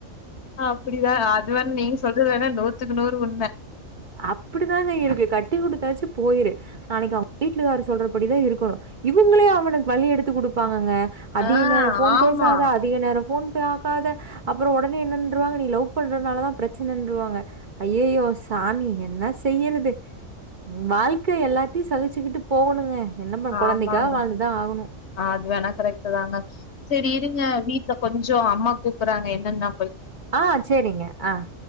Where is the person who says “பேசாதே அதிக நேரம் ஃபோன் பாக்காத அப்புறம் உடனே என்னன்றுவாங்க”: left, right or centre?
Right